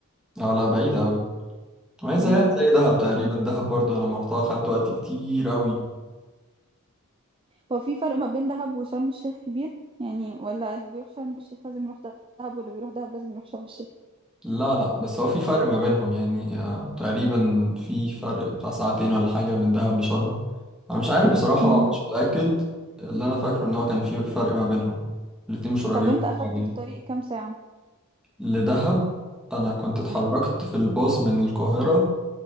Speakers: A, in the centre; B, on the right (about 25°).
A: اه لا بعيد قوي ما هي
B: فاهم
A: زيها زي دهب تقريبا دهب برضو أنا لما رحتها خدت وقت كتير أوي
B: هو في فرق ما بين دهب وشرم الشيخ كبير يعني ولا اللي بيروح شرم الشيخ لازم يروح دهب واللي بيروح دهب لازم يروح شرم الشيخ
A: لا لا بس هو في فرق ما بينهم يعني آه، تقريبا في فرق بتاع ساعتين ولا حاجة من دهب لشرم أنا مش عارف بصراحة
B: مهم.
A: مش متأكد اللي أنا فاكره إن هو كان في فرق ما بينهم الاتنين مش قريبين
B: طب
A: من
B: انت اخدت
A: بعضين
B: في الطريق كام ساعة
A: لدهب أنا كنت اتحركت
B: مم.
A: في الباص من القاهرة